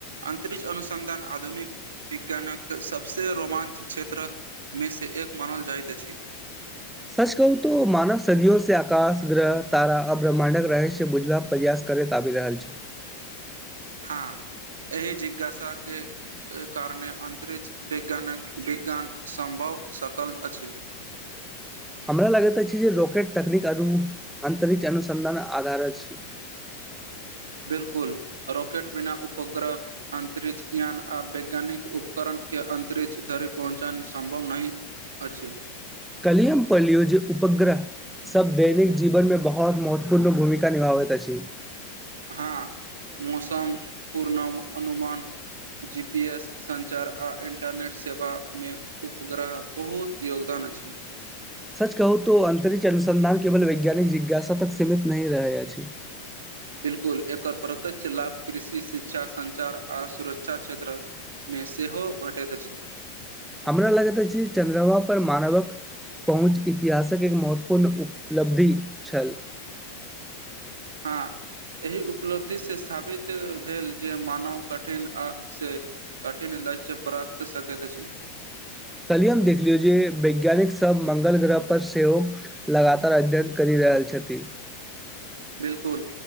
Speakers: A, on the right (about 80°); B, in the centre.
A: अंतरिछ अनुसन्धान आधुनिक विज्ञानके सभसँ रोमांच क्षेत्रमेसे एक मानल जाइत अछि
B: सच कहू तो मानव सदियो से आकाश ग्रह तारा आ ब्रह्मण्डक रहस्य बुझबाक प्रयास करैत आबि रहल छै
A: हँ एहि जिज्ञासाके एहि कारणे अंतरिक्ष विज्ञानके विज्ञान सम्भव सकल अछि
B: हमरा लगैत अछि जे रॉकेट तकनीक अंतरिक्ष अनुसंधान आधार अछि
A: बिलकुल रॉकेट बिना उपग्रह अंतरिक्षयान आ वैज्ञानिक उपकरण के अंतरिक्ष धरि पहुँचन सम्भव नहि अछि
B: कलि हम परलियो जे उपग्रह सब दैनिक जीवन में बहाॅत महत्वपूर्ण भूमिका निभाबैत अछि
A: हँ मौसम पूर्णम अनुमान जीपीएस सञ्चार आ इन्टरनेट सेवा में उफग्रह बहुत योगदान अछि
B: सच कहू तो अंतरिछ अनुसन्धान केवल वैज्ञानिक जिज्ञासा तक सीमित नहि रहै अछि
A: बिलकुल एकर प्रत्य्यक्ष लाभ कृषि शिक्षा सञ्चार आ सुरक्षा क्षेत्र में सेहो भेटैत अछि
B: हमरा लगैत छै चन्द्रमा पर मानवक पहुँच इतिहासक एक महत्वपूर्ण उपलब्धि छल
A: हँ एहि उपलब्धि से साबित भेल जे मानव कठिन आ से कठिन लक्ष्य प्राप्त सकैत अछि
B: कहलियए हम देखलियौ जे वैज्ञानिक सब मंगल ग्रह पर सेहो लगातार अध्ययन कर रहल छथि
A: बिलकुल